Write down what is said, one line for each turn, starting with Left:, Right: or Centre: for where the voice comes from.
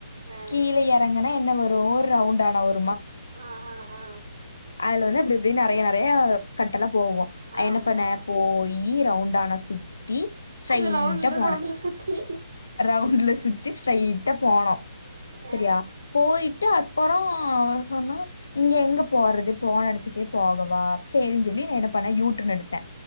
Right: ஆ
Left: கீழ எறங்கனா என்ன வரு ஒரு ரவுண்டானா வரு
Right: ஆ ஆ ஆ
Left: அதுல வந்து அப்படி இப்படி நெறைய நெறைய கட்டல்லா போகு
Right: ஆமா
Left: என்ன பண்ண போய் ரவுண்டானா சுத்தி ஸ்ட்ரைட்டா
Right: அந்த ரவுண்ட்ல
Left: போனே
Right: ரவுண்ட்ல சுத்தி
Left: ரவுண்ட்ல சுத் தி ஸ்ட்ரைட்டா போனோ சரியா
Right: ஆ
Left: போயிட்டு அப்பற அவ சொன்னா இங்க எங்க போறது போன எடத்துக்கே போகவா சேரினு சொல்லி நா என்ன பண்ண யூடன் எடுத்த